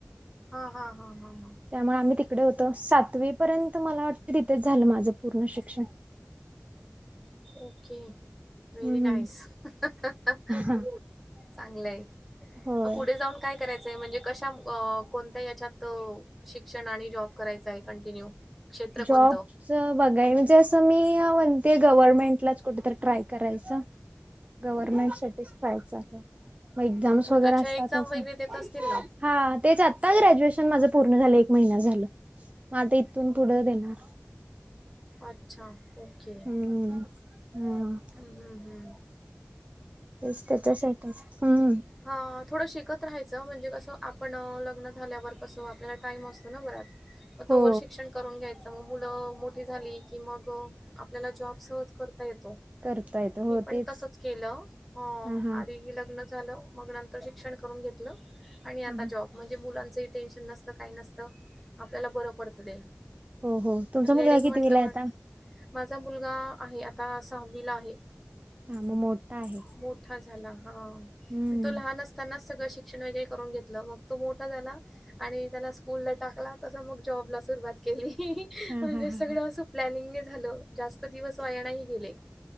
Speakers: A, in the centre; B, on the right.
A: हां हां हां हं.
B: त्यामुळे आम्ही तिकड होतो, सातवीपर्यंत मला वाटतं तिथेच झालं माझं पूर्ण शिक्षण.
A: ओके. व्हेरी
B: हम्म
A: नाईस हां हं,
B: ह
A: चांगलंय,
B: होय.
A: म पुढे जाऊन काय करायचंय? म्हणजे कशा म कोणत्या याच्यात? शिक्षण आणि जॉब करायचाय कंटिन्यू? क्षेत्र
B: जॉब
A: कोणतं?
B: चं बघाय म्हणजे अस मी ना, म्हणते गव्हर्नमेंटलाच कुठेतरी ट्राय करायचं. गव्हर्मेंट साठीच ट्राय चालू ये, मग एक्झाम्स वगैरे
A: त्याच्या
B: असतातच
A: एक्झाम वगैरे
B: ना?
A: देत असतील ना?
B: हां, तेच आत्ता ग्रॅज्युएशन माझं पूर्ण झालं, एक महिना झालं, म आता इथून पुढं देणार.
A: अच्छा, ओके.
B: हम्म हम.
A: हम्म हम्म हम्म.
B: तेच, त्याच्यासाठीच हम्म.
A: हं थोडं शिकत राहायचं, म्हणजे कसं आपण लग्न झाल्यावर कसं आपल्याला टाइम असतो ना बराच? म
B: हो
A: तोवर शिक्षण करून घ्यायच मग मुलं मोठी झाली की, मग आपल्याला जॉब सहज करता येतो.
B: करता येत हो
A: मी पण
B: तेच
A: तसच केलं. हो
B: हा हा
A: आधी लग्न झालं, मग नंतर शिक्षण करून घेतलं, आणि आता
B: हा
A: जॉब म्हणजे मुलांचंही टेन्शन नसतं, काही नसतं आपल्याला बरं पडत ते,
B: हो हो तुमचा
A: लेडीज
B: मुलगा कितवीला
A: म्हटलं म
B: आहे आता
A: माझा मुलगा आहे, आता सहावीला आहे
B: हा मग मोठा आहे.
A: मोठा झाला हां,
B: हम्म.
A: पण तो लहान अस तानाच सगळं शिक्षण वगैरे करून घेतलं, मग तो मोठा झाला. आणि त्याला स्कूल ला टाकला, तसा मग जॉबला सुरुवात केली ही ही,
B: हा
A: म्हणजे
B: हा
A: सगळं
B: हा
A: असं प्लॅनिंगनी झालं, जास्त दिवस वाया नही गेले,